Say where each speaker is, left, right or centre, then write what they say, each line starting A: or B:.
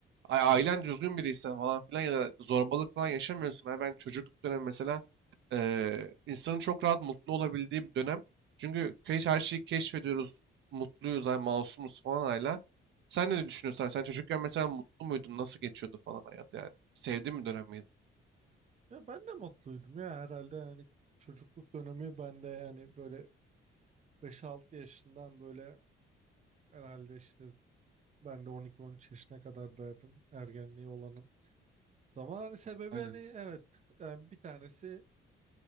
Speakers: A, on the right; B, on the right.
A: Ay, ailen düzgün biriyse falan filan ya da zorbalık falan yaşamıyorsun. Abi ben çocukluk dönemi mesela eee, insanın çok rahat mutlu olabildiği bir dönem. Çünkü keş, her şeyi keşfediyoruz. Mutluyuz, ay masumuz falan hala. Sen ne düşünüyorsun? abi? Sen çocukken mesela mutlu muydun? Nasıl geçiyordu falan hayat yani? Sevdiğin bir dönem miydi?
B: Ya ben de mutluydum ya herhalde yani çocukluk dönemi bende yani böyle beş altı yaşından böyle herhalde işte ben de on iki on üç yaşına kadar derdim ergenliği olanın. Zaman hani sebebi
A: Aynen,
B: hani evet yani bir tanesi